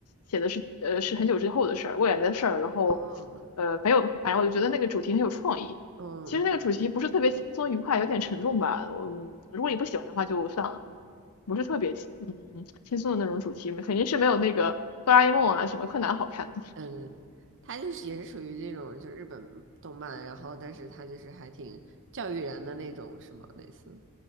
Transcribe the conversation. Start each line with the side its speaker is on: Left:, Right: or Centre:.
Left: 写的是呃是很久之后的事儿，未来的事儿，然后
Right: 哦，
Left: 呃很有，反正我就觉得那个主题很有创意。
Right: 嗯嗯
Left: 其实那个主题不是特别轻松愉快，有点沉重吧。我嗯如果你不喜欢的话就算了，不是特别轻嗯轻松的那种主题，肯定是没有那个哆啦 A 梦啊什么柯南好看的。
Right: 嗯，它就是也是属于这种，就日本动漫，然后但是它就是还挺教育人的那种，是吗？类似，